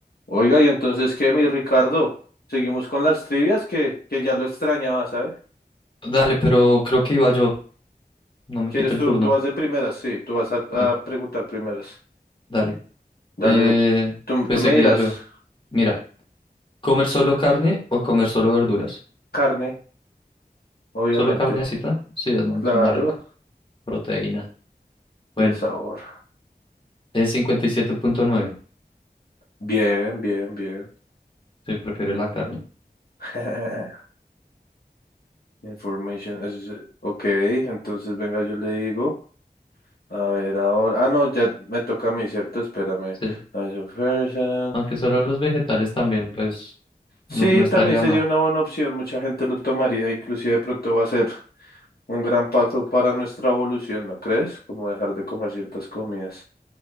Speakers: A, on the left; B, on the left.
A: Oiga, y entonces, ¿qué, mi Ricardo? Seguimos con las trivias que, que ya lo extrañaba, ¿sabes?
B: Dale, pero creo que iba yo. No me
A: ¿Quieres
B: quita el
A: tú,
B: turno.
A: tú vas de primeras? Sí, tú vas a, a
B: Sí,
A: preguntar primeras.
B: dale.
A: Dale,
B: Eh,
A: tú, tú
B: pues
A: me
B: seguía
A: dirás
B: yo. Mira, ¿comer solo carne o comer solo verduras?
A: carne, obviamente,
B: ¿Solo carnecita? Sí, es más,
A: claro,
B: es más rico. Proteína. Bueno,
A: y el sabor.
B: es 57.9.
A: Bien, bien, bien.
B: Sí, prefiere la carne.
A: <laughs> Information, eso es- ok, entonces venga, yo le digo. A ver, ahora. Ah, no, ya me toca a mí, ¿cierto? Espérame.
B: Sí.
A: A ver, so person,
B: Aunque solo los vegetales también, pues no,
A: Sí,
B: no estaría
A: también sería
B: mal.
A: una buena opción, mucha gente lo tomaría, inclusive de pronto va a ser un gran paso para nuestra evolución, ¿no crees? Como dejar de comer ciertas comidas.